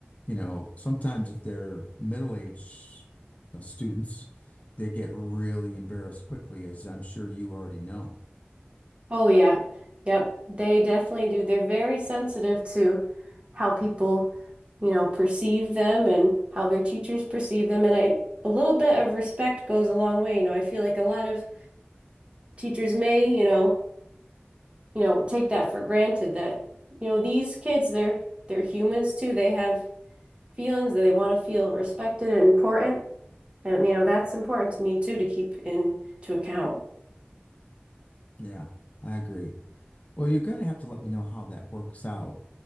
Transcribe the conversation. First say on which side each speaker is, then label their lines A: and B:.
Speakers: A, on the left; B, on the right.
A: you know, sometimes if they're middle-aged, you know, students, they get really embarrassed quickly, as I'm sure you already know.
B: Oh yeah. Yep. They definitely do. They're very sensitive to how people, you know, perceive them and how their teachers perceive them. And I, a little bit of respect goes a long way. You know, I feel like a lot of teachers may, you know, you know, take that for granted that, you know, these kids, they're they're humans too. They have feelings that they want to feel respected and important. And, you know, that's important to me too to keep in to account.
A: Yeah, I agree. Well, you're going to have to let me know how that works out.